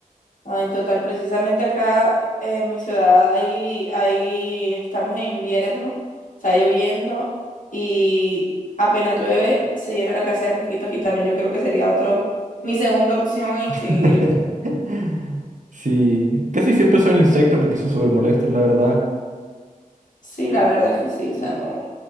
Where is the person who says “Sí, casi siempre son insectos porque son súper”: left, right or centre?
Right